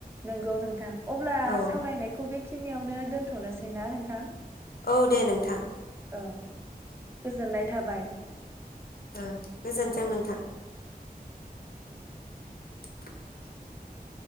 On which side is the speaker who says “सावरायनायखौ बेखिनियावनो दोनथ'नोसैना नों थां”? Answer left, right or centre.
Right